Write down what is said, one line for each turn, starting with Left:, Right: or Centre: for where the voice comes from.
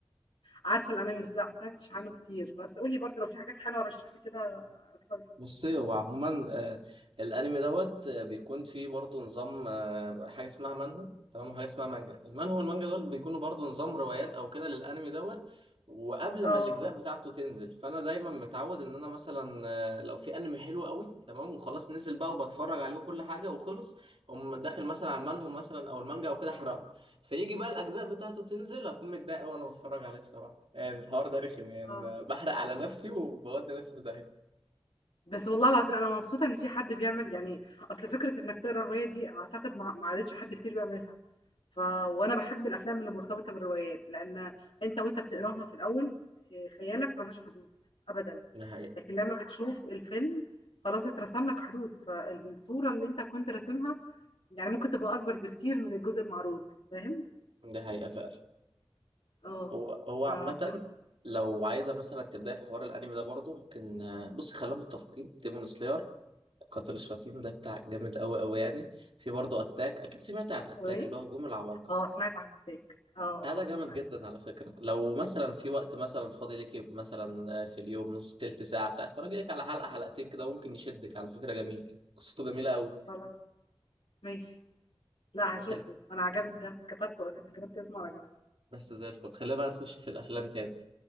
Left: عارفة الأنمي بس لأ ما سمعتش عنه كتير، بس قُل لي برضه لو في حاجات حلوة رشّح لي كده أتفرّج.
Right: بصي هو عموما آه، الانمي دوت آه، بيكون فيه برضه نظام آه، حاجه اسمها منهو تمام وحاجه اسمها مانجا المانهو والمانجا دول بيكونوا برضه نظام روايات او كده للانمي دوت وقبل
Left: آه،
Right: ما الاجزاء بتاعته تنزل فانا دايما متعود ان انا مثلا آه، لو في انمي حلو قوي تمام وخلاص نزل بقى وبتفرج عليه وكل حاجه وخلص اقوم داخل مثلا على المانهو مثلا او المانجا او كده احرقه فيجي بقى الاجزاء بتاعته تنزل اكون متضايق أوي وانا بتفرج عليه بصراحه يعني الحوار ده رخم يعني
Left: آه.
Right: انا بحرق على نفسي وبودي نفسي في داهيه
Left: بس والله العظيم أنا مبسوطة إن في حد بيعمل يعني أصل فكرة إنك تقرا رواية دي أعتقد ما ما عادتش حد كتير بيعملها ف وأنا باحب الأفلام اللي مرتبطة بالروايات لأن أنت وأنت بتقراها في الأول آه، خيالك ملوش حدود أبدا
Right: ده حقيقة
Left: لكن لما بتشوف الفيلم خلاص اترسم لك حدود فالصورة اللي أنت كنت راسمها يعني ممكن تبقى أكبر بكتير من الجزء المعروض فاهم؟
Right: ده حقيقة فعلا
Left: اه
Right: هو هو عامة
Left: ف ف-
Right: لو عايزة مثلا تبدأ في حوار الأنمي ده برضه ممكن آه، بص خلينا متفقين ديمون سلاير قاتل الشياطين ده بتاع جامد أوي أوي يعني في برضه أتاك أكيد سمعت عن أتاك
Left: اسمه إيه؟
Right: اللي هو هجوم العمالقة
Left: اه سمعت عن أتاك اه اه
Right: بتاع ده جامد
Left: سمعت
Right: جدا على فكرة لو مثلا
Left: أيوة.
Right: في وقت مثلا فاضي ليكي مثلا آه، في اليوم نص تلت ساعة بتاع اتفرجي لك على حلقة حلقتين كده ممكن يشدك على فكرة جميل قصته جميلة أوي
Left: خلاص ماشي لأ هاشوفه،
Right: خل...
Left: أنا عجبني ده، كتبته أساسًا، كتبت اسمه على جنب.
Right: بس زي الفل خلينا بقى نخش في الأفلام تاني